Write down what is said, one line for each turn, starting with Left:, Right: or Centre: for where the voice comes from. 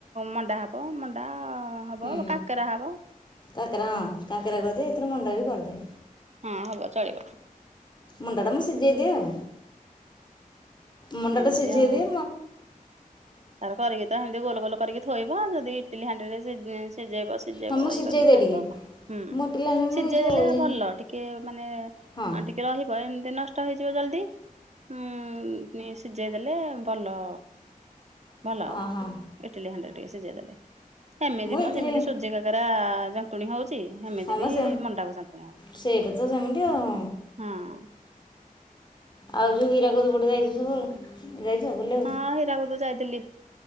Right: ମଣ୍ଡା ହେବ ମଣ୍ଡା ହବ
Left: ହୁଁ
Right: କାକେରା ହବ
Left: କାକରା ହଁ କାକରା କରିଦି ଏଥିରେ ମଣ୍ଡ ବି କରିଦେ।
Right: ହଁ ହବ ଚଳିବ।
Left: ମୁଣ୍ଡା ଟା ମୁଁ ସିଝେଇଦିଏ ଆଉ। ମୁଣ୍ଡାଟା
Right: ଏମିତି
Left: ସିଝେଇଦିଏ
Right: ଆଉ ତାର କରିକି ତ ହେମିତି ଗୋଲ ଗୋଲ କରିକି ଥୋଇବ ଯଦି ଇଟିଲି ହାଣ୍ଡିରେ ସିଜେଇବ ସିଜେଇବ
Left: ହଁ ମୁଁ ସିଝେଇ
Right: ଇ କରିକି
Left: ଦିଏ
Right: ଖାଇବ
Left: ଟିକେ
Right: ଆଉ କ ହୁଁ।
Left: ମୋଟିଲାନି
Right: ସିଝେଇ
Left: ଏ ଯେଉଁ
Right: ଦେଲେ ଭଲ ଟିକେ ମାନେ
Left: ହଁ
Right: ଟିକେ ରହିବ ଏମିତି ନଷ୍ଟ ହେଇଯିବ ଜଲଦି ଉଁ ସି ସିଝେଇ ଦେଲେ ଭଲ ଭଲ
Left: ହଁ
Right: ହବ
Left: ହଁ
Right: ଇଟିଲି ହାଣ୍ଡିରେ ଟିକେ ସିଝେଇ ଦେଲେ। ହେମିତି
Left: ମୁଁ
Right: ମ
Left: ଏଥିରେ
Right: ଯେମିତି ସୁଜି କାକରା ଯନ୍ତୁଣୀ ହଉଚି ହେମିତି
Left: ହଁ ମ
Right: ବି
Left: ସେ
Right: ମଣ୍ଡା କୁ ଯନ୍ତୁଣୀ ହବ।
Left: ସେଇଟା ତ ସେମିତି ଆଉ।
Right: ହଁ।
Left: ଆଉ ଯୋଉ ହୀରା କଦ ପଟେ ଯାଇଚୁ ସବୁ ଯାଇଚ ବୁଲ
Right: ହଁ ହୀରାକୁଦ ଯାଇଥିଲି